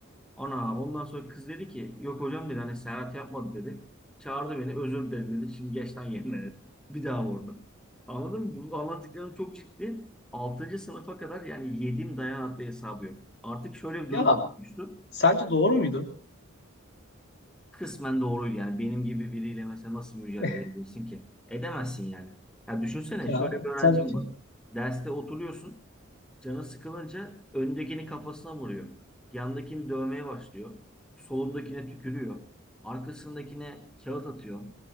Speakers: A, in the centre; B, on the left.
A: Ana ondan sonra kız dedi ki yok hocam dedi hani Serhat yapmadı dedi. Çağırdı beni özür dilerim dedi. Şimdi geç lan yerine dedi. Bir daha vurdu. Anladın mı? Bu anlattıklarım çok ciddi. Altıncı sınıfa kadar yani yediğim dayan adlı hesabı yok. Artık şöyle bir
B: Ya
A: durum oluştu.
B: sence doğru muydu?
A: Kısmen doğru yani benim gibi biriyle mesela nasıl mücadele
B: <laughs>
A: edebilirsin ki? Edemezsin yani. Ya düşünsene
B: Ya
A: şöyle bir öğrencim
B: sence.
A: var. Derste oturuyorsun. Canı sıkılınca öndekini kafasına vuruyor. Yandakini dövmeye başlıyor. Solundakine tükürüyor. Arkasındakine kağıt atıyor.